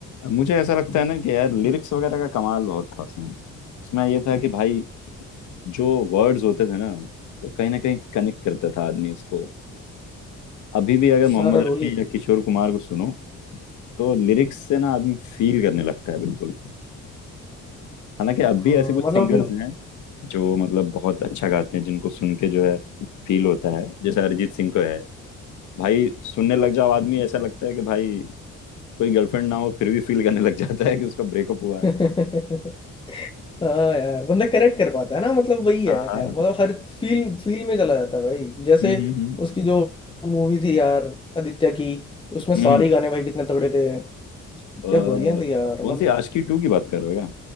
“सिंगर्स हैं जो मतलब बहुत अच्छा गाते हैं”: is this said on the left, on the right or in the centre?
Left